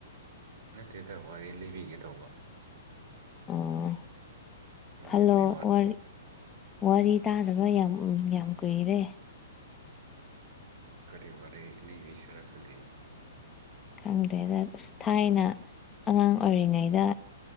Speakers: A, on the right; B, on the left.
A: ꯅꯠꯇꯦꯗ ꯋꯥꯔꯤ ꯂꯤꯕꯤꯒꯦ ꯇꯧꯕ
B: ꯑꯣ
A: ꯑꯗꯨ
B: ꯈꯜꯂꯣ
A: ꯀꯔꯤ
B: ꯋꯥꯔꯤ ꯋꯥꯔꯤ ꯇꯥꯗꯕ ꯌꯥꯝ ꯌꯥꯝ ꯀꯨꯏꯔꯦ
A: ꯀꯔꯤ ꯋꯥꯅꯤ ꯂꯤꯕꯤꯁꯤꯔ ꯈꯜꯂꯤꯕ
B: ꯈꯪꯗ꯭ꯔꯦꯗ ꯑ ꯊꯥꯏꯅ ꯑꯉꯥꯡ ꯑꯣꯏꯔꯤꯉꯩꯗ